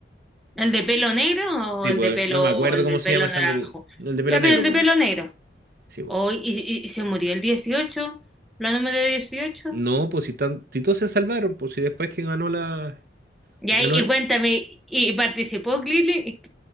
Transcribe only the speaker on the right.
Sí,
pues
no me acuerdo
cómo
se
llama ese
androide. No, El de pelo
negro,
pues.
Sí, pues.
No, pues si, tan, si todos se salvaron, pues si después que ganó la...
Ganó,